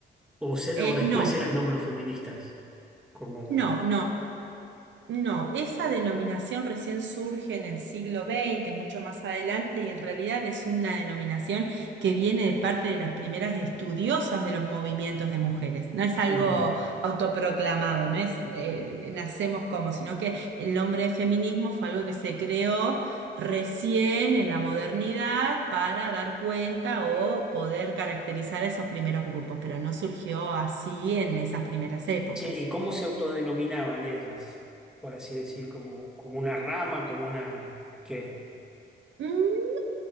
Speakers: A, in the centre; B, on the right (about 70°).
A: o, se-
B: Eh,
A: o después
B: no,
A: se las nombró feministas. Como,
B: no, no. No, esa denominación recién surge en el siglo XX, mucho más adelante, y en realidad es una denominación que viene de parte de las primeras estudiosas de los movimientos de mujeres. No es algo
A: Ujú.
B: autoproclamado, no es eh, nacemos como, sino que el nombre de feminismo fue algo que se creó recién en la modernidad para dar cuenta o poder caracterizar a esos primeros grupos, pero no surgió así en esas primeras épocas.
A: Che, ¿y cómo se autodenominaban ellas? Por así decir, como, como una rama, como una... ¿Qué?
B: Mm,